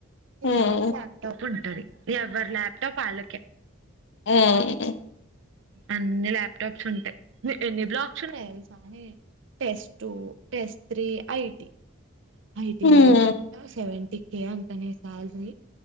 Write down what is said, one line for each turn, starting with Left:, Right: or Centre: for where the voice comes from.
Right: <unintelligible>
Left: హ్మ్
Right: ల్యాప్టాప్. ఉంటది. ఎవ్వర్ ల్యాప్టాప్ వాళ్ళకె
Left: ఉమ్
Right: అన్ని ల్యాప్టాప్స్ ఉంటయి. ని ఎన్ని బ్లాక్స్ ఉన్నయి తెల్సానే టెస్ టూ, టెస్ త్రీ, ఐటి ఐటీ
Left: హ్మ్
Right: వాళ్ళ కంట సెవెంటి కే అంటనే సాల్రీ.